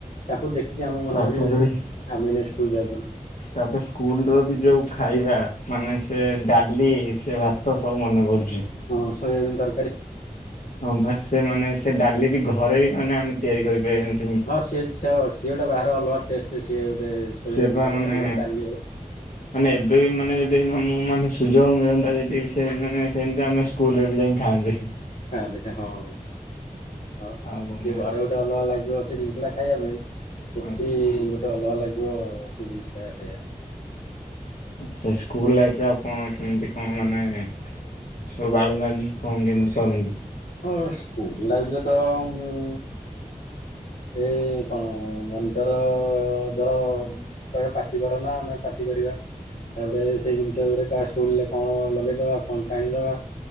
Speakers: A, on the left; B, on the left.
A: ତାକୁ ଦେଖିକି ଆମ ମନେ
B: ତାପରେ
A: ପଡିଯାଉଛି
B: ବି
A: ଆମେ ଦିନେ ସ୍କୁଲ ଯାଉଥିଲୁ।
B: ତାପରେ ସ୍କୁଲ ର ବି ଯୋଉ ଖାଇବା ମାନେ ସେ ଡାଲି ସେ ଭା ତ ସବୁ ମନେ ପଡୁଚି।
A: ହଁ ସୋୟାବିନ୍ ତରକାରୀ
B: ହଁ ପା ସେ ମାନେ ସେ ଡାଲି ବି ଘରେ ମାନେ ଆମେ ତିଆରି କରିପାରିବେନି?
A: ହଁ ସିଏ ସିଏ ଗୋଟେ ବାହାରେ ଅଲଗା ଟେଷ୍ଟ ସିଏ ଗୋଟେ ସୋୟାବିନ୍
B: ସେ ବା
A: ତରକାରୀ
B: ମାନେ
A: ହଉ ଡାଲି ହଉ।
B: ମାନେ ଏବେ ବି ମାନେ ଯଦି ମୁଁ ମାନେ ସୁଯୋଗ ମିଳନ୍ତା ଯଦି ସେ ମାନେ ସେମତି ଆମେ ସ୍କୁଲରେ ବି ଯାଇକି ଖାଆନ୍ତେ।
A: ଖାନ୍ତେ ହଁ ହଉ
B: ଆଉ କଣ
A: ସେ
B: କ
A: ଘରେ ଗୋଟେ ଅଲଗା ଲାଗିବ ସେ ଜିନିଷ ଟା ଖାଇବା ପାଇଁ ସେଠି
B: ଆଚ୍ଛା
A: ଗୋଟେ ଅଲଗା ଲାଗିବ ସେ ଜିନିଷଟା ଖାଇବା ପା
B: ଆ ସେ ସ୍କୁଲ ଲାଇଫରେ ଆଉ କଣ କେମତି କଣ ମାନେ ସବୁ ବାଳୁଙ୍ଗାମି କଣ କେମିତି କରନ୍ତି?
A: ହଁ ସ୍କୁଲ ଲାଇଫରେ ତ ମୁଁ ଏଇ କଣ ମନିଣ୍ଟର୍ ଧର କହିବା ପାଟି କର ନା ଆମେ ପାଟି କରିବା, ତାପରେ ସେଇ ଜିନିଷ ଗୁରାକ କା କଣ ଲଗେଇଦବା କଣ ଟାଣିଦବା